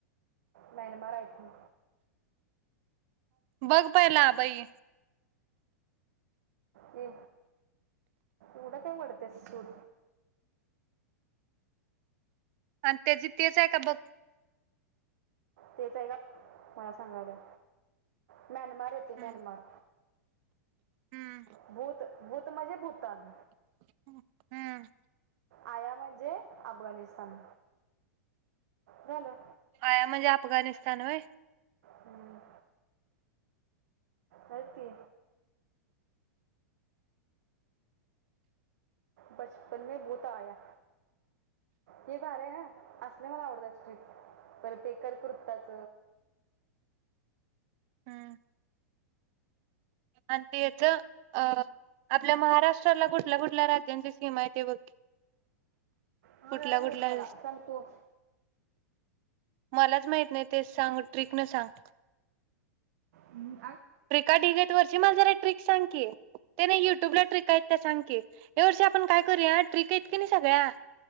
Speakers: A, on the right; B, on the right.
A: मॅनमाार आहेत ये.
B: बघ पहिला बाई
A: ये एवढं काय वडतेस सूर
B: आणि त्या जि तेच आहे का बघ.
A: तेच आहे गप, मला सांगायल्या. म्यानमार ते म्यानमार
B: हम्म हम्म
A: बूत. भूत म्हणजे भूतान
B: ह
A: आया म्हणजे अफगाणिस्तान झालं
B: आया म्हणजे अफगाणिस्तान वय
A: हम्म व्हय की बचपन मे भूत आया हे भारी आहे, ह असले मला आवडत स्ट्रीक पर ते कर कुर्ताच
B: हम् आणि ते याच अं आपल्या महाराष्ट्राला कुठल्या कुठल्या राज्यांची सीमा आहे ते बघ
A: हा
B: कुठला
A: याई माहित
B: कुठला
A: मला सांग तू
B: मलाच माहित नाही तेच सांग ट्रिक न सांग
A: हम्
B: ट्रिका ढीग आहेत वरची मला जरा एक ट्रिक सांग की, ते नाही युट्यूब ला ट्रिक आहेत त्या सांग की, या वर्षी आपण काय करूया ट्रिक आहेत कनी सगळ्या